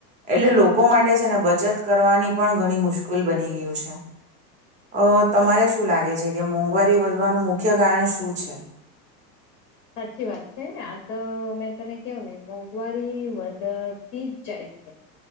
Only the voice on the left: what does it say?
સાચી વાત છે આ તો મેં તને કહું ને મોંઘવારી વધતી જ જાય છે